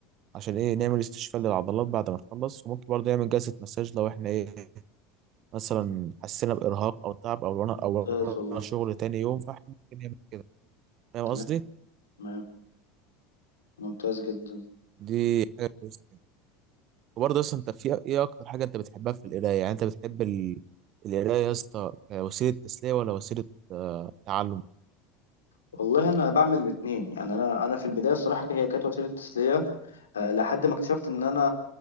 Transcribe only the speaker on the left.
ممتاز
والله
تمام
تمام ممتاز جدا
والله انا بعمل الاثنين يعني انا انا في البدايه الصراحه هي كانت وسيله تسليه آه، لحد ما اكتشفت ان انا